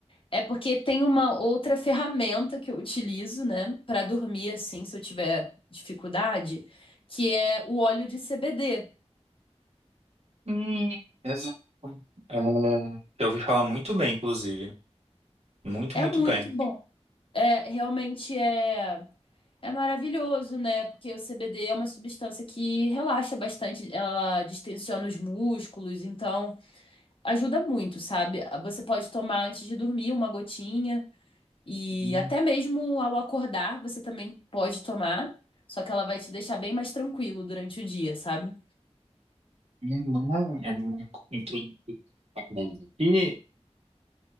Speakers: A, on the left; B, on the right.
A: É porque tem uma outra ferramenta que eu utilizo, né, para dormir assim, se eu tiver dificuldade, que é o óleo de CBD.
B: Hum, exato. É, eu ouvi falar muito bem, inclusive. Muito,
A: É
B: muito
A: muito
B: bem.
A: bom. É, realmente é é maravilhoso, né? Porque o CBD é uma substância que relaxa bastante, ela distensiona os músculos, então ajuda muito, sabe? Você pode tomar antes de dormir uma gotinha E
B: Hum.
A: até mesmo ao acordar, você também pode tomar, só que ela vai te deixar bem mais tranquilo durante o dia, sabe?
B: Minha irmã, ela entrou na faculdade daqui,